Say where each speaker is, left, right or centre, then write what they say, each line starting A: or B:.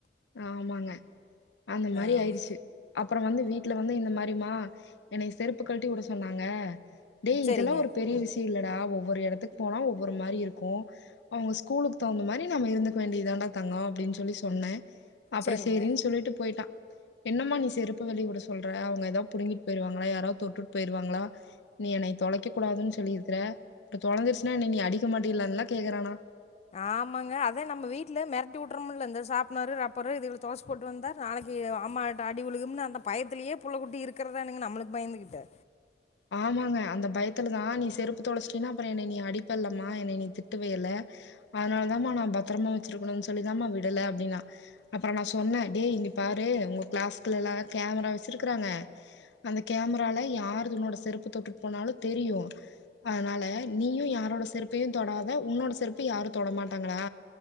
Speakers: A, on the left (about 75°); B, on the left (about 35°).
A: ஆமாங்க அந்த மாரி
B: ஆமா.
A: ஆயிருச்சு அப் அப்பற வந்து வீட்ல வந்து இந்த மாரிமா என்னய செருப்பு கழட்டி உட சொன்னாங்க டே
B: சரிங்க,
A: இதெல்லா ஒரு பெரிய விஷய இல்ல டா ஒவ்வொரு எடத்துக்கு போனா ஒவ்வொரு மாரி இருக்கு அவங்க ஸ்கூலுக்கு தகுந்த மாரி நம்ம இருந்துக்க வேண்டிதான்டா தங்க அப்டின்னு சொல்லி சொன்ன அப்பற
B: சரிங்க.
A: சேரின்னு சொல்லிட்டு போயிட்டா என்னம்மா நீ செருப்ப வெளிய உட சொல்ற அவங்க எதா புடுங்கிட்டு போயிருவாங்களா யாராது தொட்டுட் போயிருவாங்ளா நீ என்னய தொலைக்க கூடாதுன் சொல்லிருக்கிற இப்ப தொலைஞ்சருச்சுனா என்னை நீ அடிக்க மாட்டில்லன்லா கேக்கறானா
B: ஆமாங்க அதே நம்ம வீட்ல மெரட்டி உட்றமுல இந்த சாப்னரு ரப்பரு இதுகள தொலச்சு போட்டு வந்தா நாளைக்கு அம்மாட்ட அடி உழுகும்னு அந்த பயத்திலயே புள்ள குட்டி இருக்கிறதானுங்க நம்மளுக்கு பயந்துகிட்டு
A: ஆமாங்க அந்த பயத்துலதா நீ செருப்பு தொலைச்சிட்டினா அப்பற என்னை நீ அடிப்பல்லமா என்னை நீ திட்டுவயல்ல அதனால தாமா நா பத்தரமா வெச்சிருக்கணுன் சொல்லிதாமா விடல அப்படின்னா அப்பற நா சொன்ன டேய் இங்க பாரு உங்க கிளாஸ்கிளலா கேமரா வெச்சிருக்கறாங்க அந்த கேமரால யாருதுன்னோட செருப்பு தொட்டுட்டு போனாலு தெரியு அதனால நீயு யாரோட செருப்பையு தொடாத உன்னோட செருப்பு யாரு தொடமாட்டாங்கடா